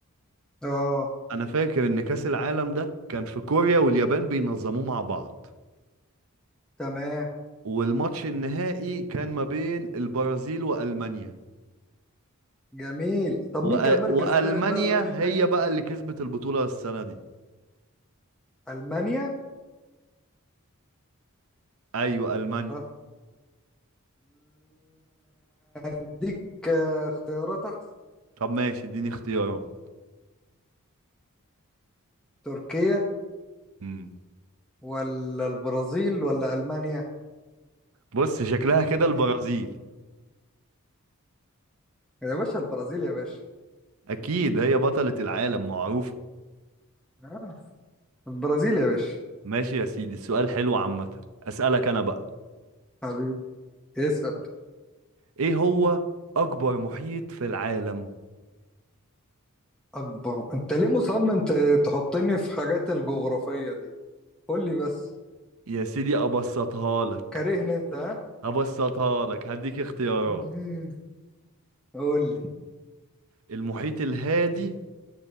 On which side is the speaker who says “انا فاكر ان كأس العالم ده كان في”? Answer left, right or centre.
Right